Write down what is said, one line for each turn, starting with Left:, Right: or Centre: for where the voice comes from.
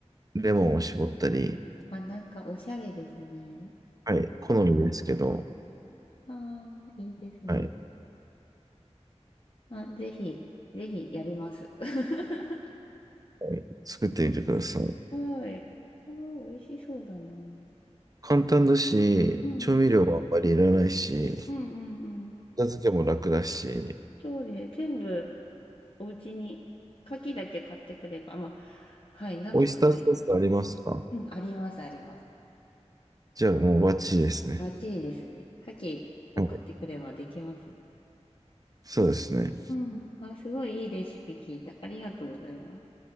Right: レモンを絞ったり、
Left: あ、なんか、おしゃれですね。
Right: はい。好みですけど、
Left: ああ、いいですね。
Right: はい。
Left: あ、ぜひ、ぜひやります。<laughs>
Right: はい、作ってみてください。
Left: はい。あー、美味しそうだな。うん。
Right: 簡単だし、
Left: うん
Right: 調味料もあんまりいらないし、
Left: うんうん。
Right: 片付けも楽だし、
Left: そうで、全部お家に、牡蠣だけ買ってくれば、まあ、はい、なんとかなり、
Right: オイスターソースありますか
Left: うん、あります、あります。
Right: じゃあもうバッチリですね。
Left: バッチリですね。牡蠣を買ってくればできますね。
Right: はいそうですね。
Left: うん。あ、すごいいいレシピ聞いた。ありがとうございます。